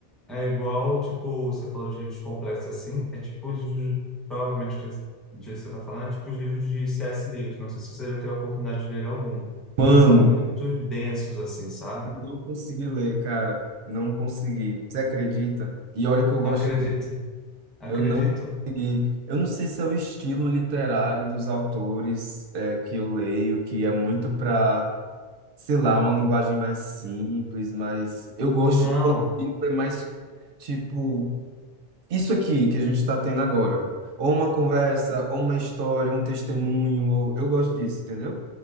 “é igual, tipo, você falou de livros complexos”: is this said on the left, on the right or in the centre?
Centre